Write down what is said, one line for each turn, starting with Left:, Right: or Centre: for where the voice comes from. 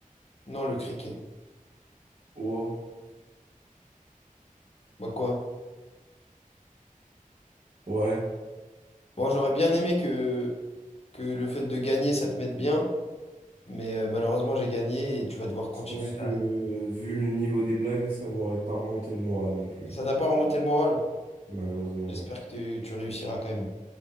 Left: Non, le criquet.
Right: Wow.
Left: Bah quoi?
Right: Ouais,
Left: Bon, j'aurais bien aimé que, que le fait de gagner, ça te mette bien, mais euh, malheureusement j'ai gagné et tu vas devoir continuer
Right: je pense que
Left: ta...
Right: euh, vu le niveau des blagues, ça m'aurait pas remonté le moral non plus.
Left: Ça
Right: hein.
Left: t'a pas remonté le moral?
Right: Malheureusement,
Left: J'espère
Right: non.
Left: que tu tu réussiras quand même.